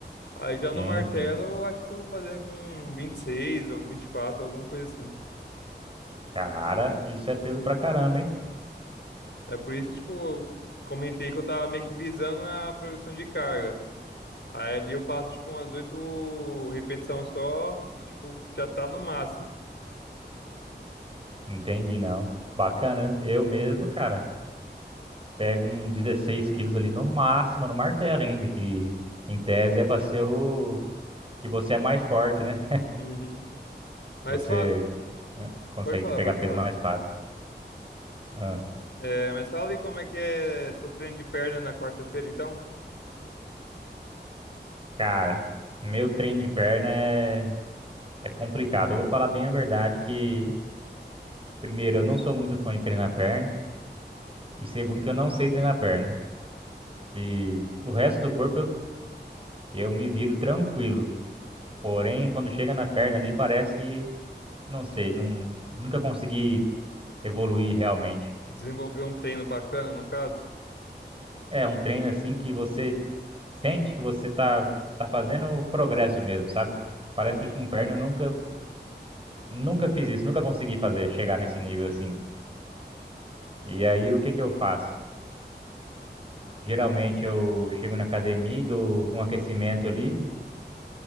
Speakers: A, on the left; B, on the right.
A: Aí já no
B: Sim,
A: martelo,
B: sim.
A: eu acho que eu vou fazendo com 26 ou 24, alguma coisa assim.
B: Cara, isso é peso pra caramba, hein?
A: É por isso que, tipo, eu comentei que eu tava meio que visando a progressão de carga. Aí ali eu faço, tipo, umas oito repetições só e, tipo, já tá no máximo.
B: Entendi, não. Bacana. viu? Eu mesmo, cara, pego um 16 quilos ali no máximo, no martelo ainda, que em tese é pra ser o que você é mais forte, né?
A: Uhum. Mas
B: Você
A: fa...
B: eh, consegue
A: pode falar,
B: pegar
A: pode
B: peso
A: falar.
B: mais fácil. Ah,
A: É, mas fala aí como é que é seu treino de perna na quarta-feira, então?
B: cara, meu treino de perna é, é complicado. Eu vou falar bem a verdade que, primeiro, eu não sou muito fã de treinar perna. E segundo, que eu não sei treinar perna. Que o resto do corpo eu, eu me viro tranquilo. Porém, quando chega na perna ali, parece que, não sei, não, nunca consegui evoluir realmente.
A: Desenvolveu um treino bacana, no caso?
B: É um treino assim que você sente que você tá, tá fazendo progresso mesmo, sabe? Parece
A: Uhum.
B: que com perna eu nunca, nunca fiz isso, nunca consegui fazer, chegar nesse nível assim. E aí, o que que eu faço? Geralmente eu chego na academia e dou um aquecimento ali.